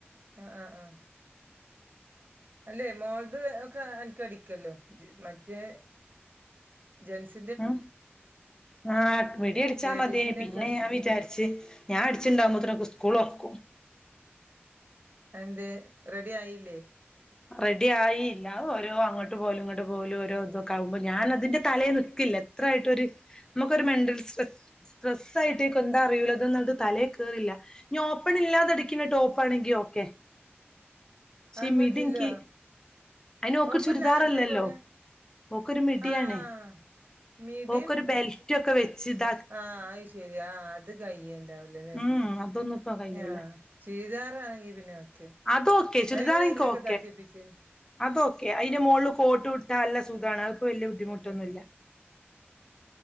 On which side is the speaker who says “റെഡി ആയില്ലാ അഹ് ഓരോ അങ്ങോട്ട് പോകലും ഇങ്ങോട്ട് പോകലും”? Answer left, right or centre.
Left